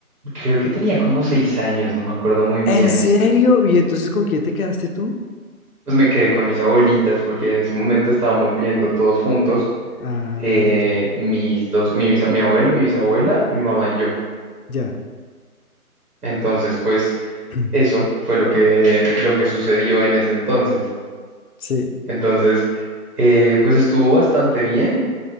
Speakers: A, on the right; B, on the left.
A: creo que tenía como seis años, no me acuerdo muy bien.
B: ¿En serio? ¿Y entonces con quién te quedaste tú?
A: Pues me quedé con mis abuelitas porque en ese momento estábamos viviendo todos juntos,
B: Ah,
A: eh,
B: ya,
A: mis dos, mi, bisa- mi abuela, mi bisabuela, mi mamá y yo.
B: ya.
A: Entonces, pues
B: <clears throat>
A: eso fue lo que, lo que sucedió en ese entonces.
B: Sí,
A: Entonces, eh, pues estuvo bastante bien.